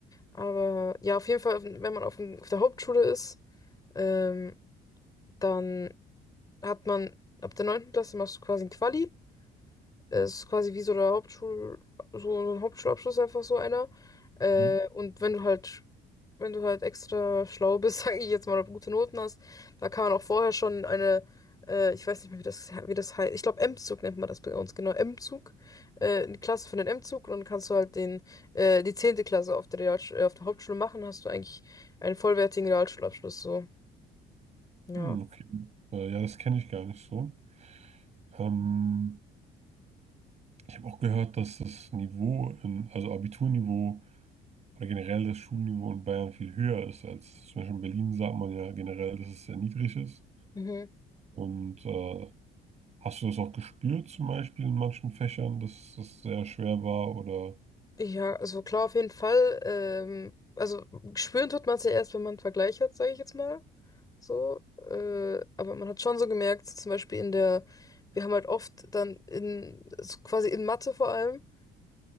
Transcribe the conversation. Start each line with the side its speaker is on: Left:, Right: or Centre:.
Left: Aber ja, auf jeden Fall, wenn man auf, dem- auf der Hauptschule ist, ähm, dann hat man ab der neunten Klasse machst du quasi ein Quali. Es ist quasi wie so der Hauptschul, so ein Hauptschulabschluss, einfach so einer. Äh,
Right: Mhm.
Left: und wenn du halt wenn du halt extra schlau bist, <laughs> sage ich jetzt mal, oder gute Noten hast, da kann man auch vorher schon eine, äh, ich weiß nicht mehr, wie das, wie das heißt, ich glaube M-Zug nennt man das bei uns, genau, M-Zug, äh, eine Klasse für den M-Zug und dann kannst du halt den, äh, die zehnte Klasse auf der Real, äh, auf der Hauptschule machen, hast du eigentlich einen vollwertigen Realschulabschluss, so, ja.
Right: Hm, okay. Äh, ja, das kenne ich gar nicht so. Ähm, ich habe auch gehört, dass das Niveau, in, also Abiturniveau oder generell das Schulniveau in Bayern viel höher ist als zum Beispiel in Berlin, sagt man ja generell, dass es sehr niedrig ist.
Left: Mhm.
Right: Und äh, hast du das auch gespürt, zum Beispiel in manchen Fächern, dass das sehr schwer war? Oder
Left: Ja, also klar, auf jeden Fall. Ähm, also spüren tut man es ja erst, wenn man einen Vergleich hat, sage ich jetzt mal. So. Äh, aber man hat schon so gemerkt, so zum Beispiel in der, wir haben halt oft dann in, so quasi in Mathe vor allem,